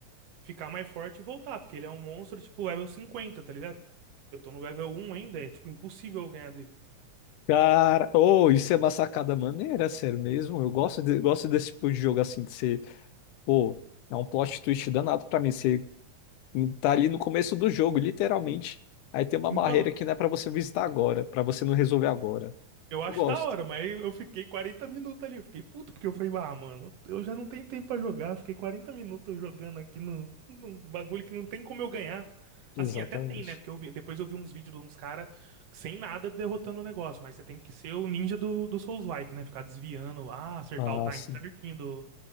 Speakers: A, on the right; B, on the left.
A: ficar mais forte e voltar, porque ele é um monstro tipo level 50, tá ligado? Eu tô no level um ainda, é tipo impossível eu ganhar dele.
B: Cara, oh, isso é uma sacada maneira, sério mesmo. Eu gosto, de- gosto desse tipo de jogo assim, de ser, pô, é um plot twist danado pra mim. Você tá ali no começo do jogo, literalmente. Aí tem uma
A: Então,
B: barreira que não é pra você visitar agora, pra você não resolver agora.
A: Eu acho
B: Eu gosto.
A: da hora, mas eu fiquei 40 minutos ali. Eu fiquei puto porque eu falei, ah, mano, eu já não tenho tempo pra jogar. Fiquei 40 minutos jogando aqui no, num bagulho que não tem como eu ganhar. Assim,
B: Exatamente.
A: até tem, né? Porque eu vi- depois eu vi uns vídeos de uns caras sem nada derrotando o negócio. Mas você tem que ser o ninja do, do Souls-like, né? Ficar desviando, ah, acertar
B: Ah,
A: o time
B: sim.
A: certinho do,